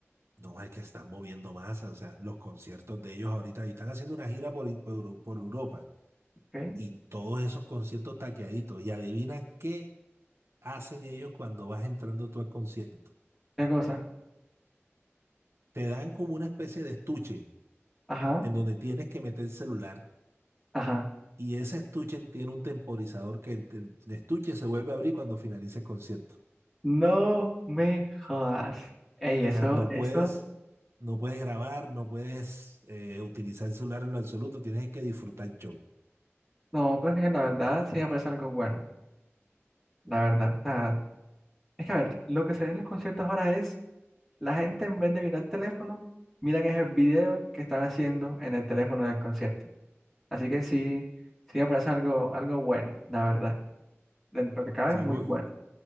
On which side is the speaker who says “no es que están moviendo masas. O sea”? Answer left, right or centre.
Right